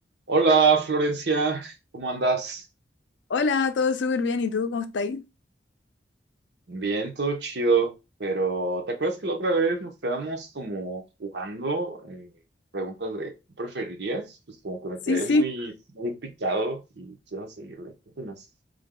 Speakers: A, on the right; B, on the left.
A: Hola Florencia, ¿cómo andas?
B: Hola, todo súper bien. ¿Y tú cómo estás?
A: Bien, todo chido, pero ¿te acuerdas que la otra vez nos quedamos como jugando eh, preguntas de ¿qué preferirías? Pues como que me
B: Sí,
A: quedé
B: sí.
A: muy, muy picado y quiero seguirle. ¿Qué opinas?